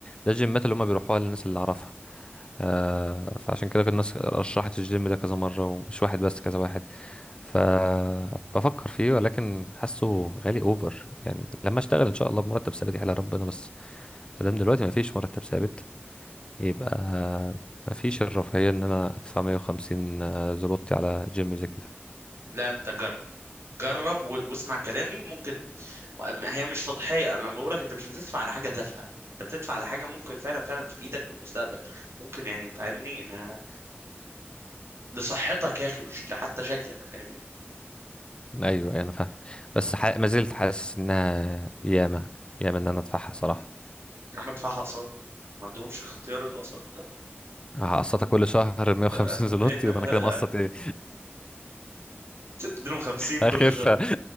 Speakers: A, on the left (about 25°); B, on the right (about 80°).
A: ده الجيمات اللي هم بيروحوها للناس اللي اعرفها آه فعشان كده كنت الناس رشحت الجيم ده كذا مره ومش واحد بس كذا واحد فبفكر فيه ولكن حاسه غالي اوفر يعني لما اشتغل ان شاء الله بمرتب ثابت يحلى ربنا بس ادام دلوقتي ما فيش مرتب ثابت يبقى ما فيش الرفاهيه ان انا ادفع 150 زلوتي على جيم زي كده
B: لا انت جرب جرب و- واسمع كلامي ممكن م- هي مش تضحية انا بقول لك انت مش بتدفع على حاجة تافهة انت بتدفع على حاجة ممكن فعلا فعلا تفيدك في المستقبل ممكن يعني فاهمني ان لصحتك يا اخي مش لحتى شكلك فاهمني
A: ايوه أيوة، انا فاهمك بس ح... ما زلت حاسس انها ياما ياما ان انا ادفعها صراحه
B: يا عم ادفعها اقساط ما عندهمش اختيار الاقساط
A: هقسطها كل شهر 150
B: <laughs>
A: زلوت <laughs> يبقى انا كده مقسط ايه
B: اديلهم 50
A: <laughs> اخف
B: كل شهر
A: <laughs>